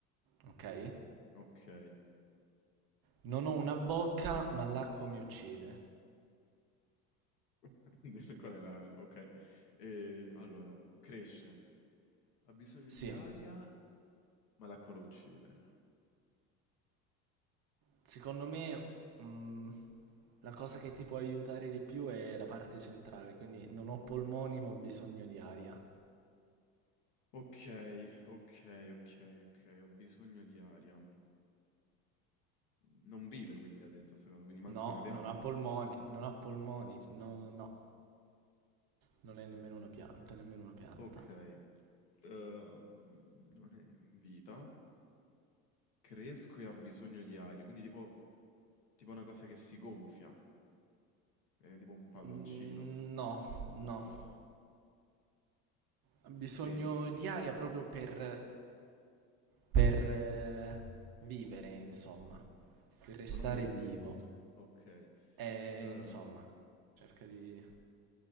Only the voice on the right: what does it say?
Ok?
Non ho una bocca, ma l'acqua mi uccide.
Sì.
Secondo me, mm, la cosa che ti può aiutare di più è la parte centrale, quindi non ho polmoni ma ho bisogno di aria.
No,
non ha polmoni, non ha polmoni, no, no, non è nemmeno una pianta, nemmeno una pianta.
Mm, no, no,
ha bisogno
di aria proprio per, per eh, vivere, insomma, per restare
vivo.
E
insomma, cerca di